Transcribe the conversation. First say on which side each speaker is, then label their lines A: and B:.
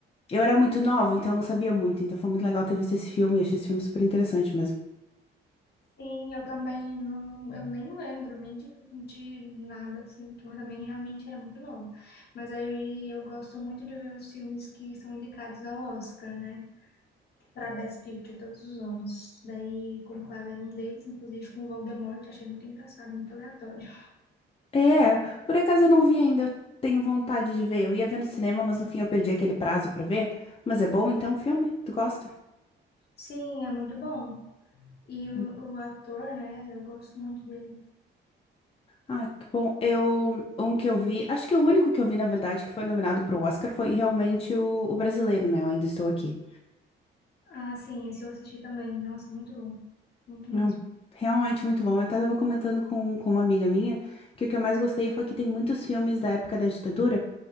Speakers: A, on the left; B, on the left.
A: Eu era muito nova, então eu não sabia muito. Então foi muito legal ter visto esse filme, e achei esse filme super interessante mesmo.
B: Sim, eu também não, eu nem lembro nem de, de nada assim, que eu também realmente era muito nova. Mas aí eu gosto muito de ver os filmes que são indicados ao Oscar, né? Para Best Picture todos os anos. Daí Conclave era um deles, inclusive com o Voldemort, achei muito engraçado, muito aleatório.
A: É, por acaso eu não vi ainda, eu tenho vontade de ver. Eu ia ver no cinema, mas no fim eu perdi aquele prazo pra ver. Mas é bom então o filme? Tu gosta?
B: Sim, é muito bom. E o,
A: Hum.
B: o ator, né? Eu gosto muito dele.
A: Ah, que bom. Eu, um que eu vi, acho que o único que eu vi, na verdade, que foi nominado pro Oscar foi realmente o, o brasileiro, né? Eu ainda estou aqui.
B: Ah, sim, esse eu assisti também. Nossa, muito bom. Muito
A: Não,
B: mesmo.
A: Realmente muito bom. Eu até estava comentando com, com uma amiga minha que o que eu mais gostei foi que tem muitos filmes da época da ditadura,